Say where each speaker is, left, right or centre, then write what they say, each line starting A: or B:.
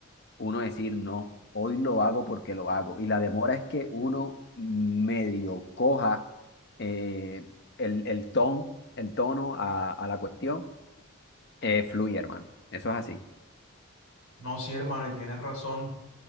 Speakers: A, on the left (about 50°); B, on the left (about 75°).
A: uno decir, no, hoy lo hago porque lo hago. Y la demora es que uno medio coja eh, el, el ton, el tono a, a la cuestión, eh, fluye, hermano. Eso es así.
B: No, sí, hermano, y tienes razón.